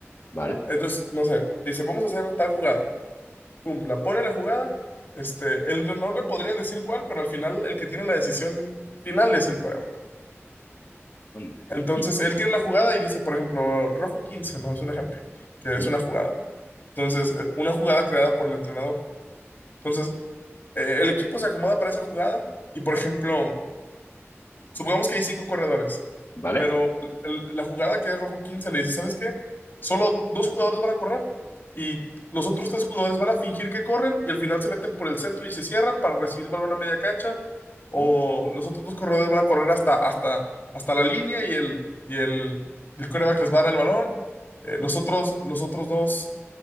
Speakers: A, on the left (about 70°); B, on the left (about 50°).
A: Vale.
B: Entonces, no sé, dice, vamos a hacer tal jugada. ¡Pum! La pone la jugada. Este, el no le podría decir cuál, pero al final el que tiene la decisión final es el coreback.
A: Anda.
B: Entonces,
A: Y,
B: él tira la jugada y dice, por ejemplo, rojo 15, ¿no? Es un ejemplo, que
A: ¿Mm?
B: es una jugada. Entonces, eh, una jugada creada por el entrenador. Entonces, eh, el equipo se acomoda para esa jugada y, por ejemplo, Supongamos que hay cinco corredores,
A: ¿vale?
B: pero el- la jugada que es rojo 15 le dice, ¿sabes qué? Solo dos jugadores van a correr y los otros tres jugadores van a fingir que corren y al final se meten por el centro y se cierran para recibir balón a media cancha o
A: ¿Mm?
B: los otros dos corredores van a correr hasta, hasta, hasta la línea y el, y el, y el quarterback les va a dar el balón. Eh, los otros, los otros dos